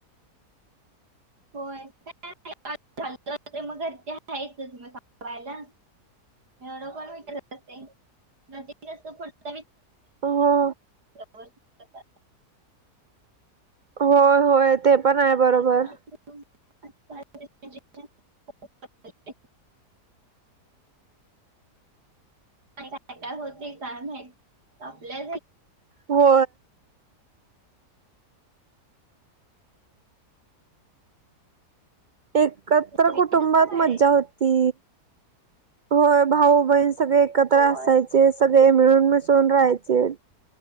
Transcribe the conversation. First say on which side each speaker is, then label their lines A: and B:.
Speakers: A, on the right; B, on the right.
A: होय का चा मर तेचच मग सांगवायला. एवढं कोण विचारत असेल. नं पुुढ
B: हो
A: व मग करतात.
B: होय होय ते पण आहे
A: मग
B: बरोबर.
A: इकडे तिकडे <unintelligible> झालंय. का होते कारण आपल्या
B: हो.
A: <unintelligible>
B: एकत्र
A: वेळच
B: कुटुंबात
A: काढायचं
B: मज्जा होती होय भाऊ बहि सगळे एकत्र
A: होय
B: असायचे सगळे मिळून मिसून राहायचे.